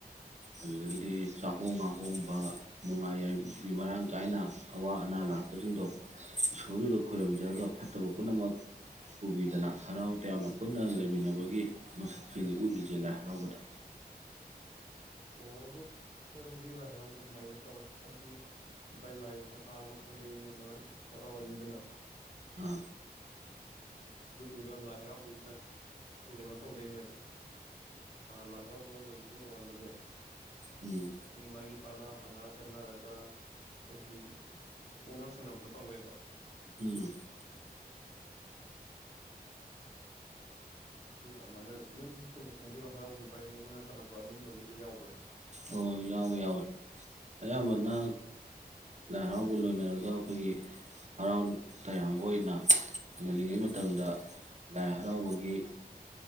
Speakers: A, on the right; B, on the left.
A: ꯑꯗꯨꯗꯒꯤꯗꯤ ꯆꯥꯍꯣꯡ ꯉꯥꯍꯣꯡꯕ ꯅꯨꯡꯉꯥꯏ ꯌꯥꯏꯕꯤ ꯃꯔꯥꯡ ꯀꯥꯏꯅ ꯑꯋꯥ ꯑꯅꯥ ꯂꯥꯛꯄꯁꯤꯡꯗꯣ ꯏꯁꯣꯔꯗꯨꯗ ꯈꯣꯏꯔꯨꯝꯖꯔꯒ ꯐꯠꯇꯕ ꯄꯨꯝꯅꯃꯛ ꯄꯨꯕꯤꯗꯅ ꯍꯔꯥꯎ ꯇꯌꯥꯝꯅ ꯄꯨꯟꯅ ꯂꯩꯃꯤꯟꯅꯕꯒꯤ ꯃꯁꯛꯇꯨꯅꯤ ꯎꯠꯂꯤꯁꯦ ꯂꯥꯏ ꯍꯔꯥꯎꯕꯗ
B: ꯑꯣ ꯑꯗꯨ ꯈꯣꯏꯔꯨꯝ ꯑꯩ ꯂꯥꯏ ꯍꯔꯥꯎꯗꯤ ꯁꯨꯃꯥꯏꯅ ꯇꯧꯋꯦ ꯍꯥꯏꯗꯤ ꯚꯥꯏ ꯂꯥꯏ ꯍꯥꯞꯇꯥ ꯑꯃ ꯈꯪꯗꯦ ꯅꯨꯃꯤꯠ ꯃꯉꯥꯅꯤ ꯈꯪꯗꯦ ꯍꯔꯥꯎꯔꯅꯤꯗꯅ
A: ꯑ
B: ꯑꯗꯨꯗꯨꯒ ꯂꯥꯏ ꯍꯔꯥꯎꯕꯁꯤꯗ ꯑꯩꯈꯣꯏ ꯀꯩꯅꯣ ꯇꯧꯗꯣꯏꯅꯦꯕ ꯂꯥꯏ ꯍꯔꯥꯎꯕ ꯂꯣꯏꯕꯒꯤ ꯅꯣꯡꯉꯥꯟꯕꯁꯦ ꯑꯩꯈꯣꯏꯒꯤ
A: ꯎꯝ
B: ꯃꯥꯒꯤ ꯄꯅꯥ ꯄꯅꯥ ꯁꯦꯝꯅꯔꯒ ꯑꯩꯈꯣꯏꯒꯤ ꯃꯨꯛꯅꯥ ꯁꯥꯟꯅꯕꯗꯣ ꯇꯧꯋꯦꯕ
A: ꯎꯝ
B: ꯑꯗꯨꯅ ꯑꯗꯨꯃꯥꯏꯅ ꯅꯪꯒꯤ ꯈꯨꯟꯂꯣꯝꯒꯤ ꯍꯔꯥꯎꯕꯗꯤ ꯚꯥꯏ ꯃꯨꯛꯅꯥ ꯁꯥꯟꯅꯕ ꯑꯗꯨꯝꯕꯒꯤꯗꯤ ꯌꯥꯎꯕ꯭ꯔꯥ
A: ꯑꯣ ꯌꯥꯎꯏ ꯌꯥꯎꯏ ꯑꯌꯥꯝꯕꯅ ꯂꯥꯏ ꯍꯔꯥꯎꯕ ꯂꯣꯏꯅꯔꯒ ꯑꯩꯈꯣꯏꯒꯤ ꯍꯔꯥꯎ ꯇꯌꯥꯝꯕ ꯑꯣꯏꯅ ꯉꯜꯂꯤꯉꯩ ꯃꯇꯝꯗ ꯂꯥꯏ ꯍꯔꯥꯎꯕꯒꯤ